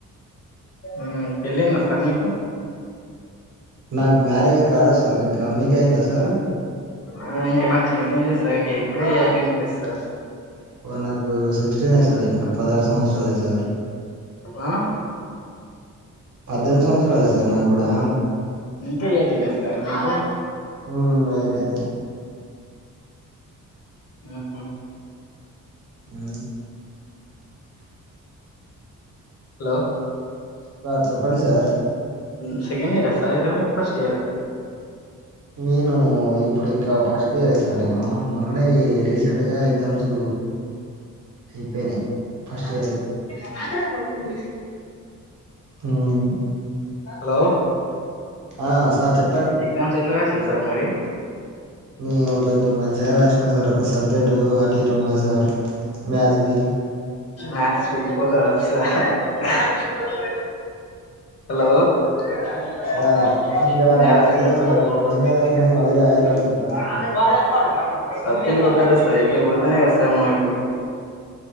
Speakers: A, on the left; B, on the right.
A: ఉమ్ పెళ్ళైందా సార్ మీకు
B: నాకు మ్యారేజీ కాలేద్ సార్ ఇంకా మీకయిందా సార్
A: ఊ ఇంక నాకు ఎన్నియర్స్ సర్ ఇంక ఇప్పుడే యైటీన్ ప్లస్ సార్
B: ఓ నాకూ సిక్స్టీనే సార్ ఇంక పదారు సంవత్సరలే సార్
A: ఆ
B: పద్దెన్ది సంవత్సరాలే సార్ నాగ్గూడా
A: ఇంకా ఏటీనే సార్ మీకు
B: హ్మ్ అయితేనే
A: ఊ హు
B: హ్మ్
A: హలో
B: సార్ చెప్పండి సార్
A: ఊ హు సెకండ్ ఇయరా సార్ అయితే మీరు ఫస్ట్ ఇయరా
B: నేను ఇప్పుడు ఇంకా ఫస్ట్ ఇయర్ ఏ సార్ నేను మొన్ననే రీసెంట్గా ఎగ్జామ్స్ అయిపోయినాయి ఫస్ట్
A: ఆ
B: ఇయర్
A: ఆగరా ఓపెన్ చేసి
B: ఊమ్
A: హలో
B: ఆ సార్ చెప్ప
A: ఎగ్జామ్స్ ఎట్ల రాసిర్రు సార్ మరి
B: మేము కొంచెం మంచిగా రాసినాం సార్ ఒక సబ్జెక్ట్ అటు ఉన్నది సార్ మ్యాథ్స్ బి
A: మ్యాథ్స్ పోతదా <unintelligible> ఇబ్బంది హలో <unintelligible>
B: సార్ ఇంకా నాకు తెలియదు సార్ మంచినే రాసినా కానీ మళ్ళీ రాయాలనుకుంటాన సార్
A: సబ్లు కొట్టాలి సైట్లా కొడితేనే కదా మనకు